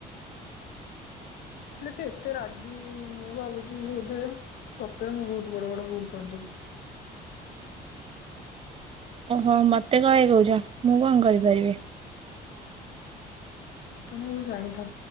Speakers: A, on the left; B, on the right.
A: ହେଲେ ସେ ଏତେ ରାଗି ମୁଁ ଭାବୁଛି ବୋଧେ ସତରେ ମୁଁ ବହୁତ ବଡ ବଡ ଭୁଲ କରିଦଉଛି।
B: ଓହୋ ମତେ କଣ ହେଇକହୁଛ। ମୁଁ କଣ କରିପାରିବି।
A: ତମେ ଗୋଠେ ଜାଣିଥା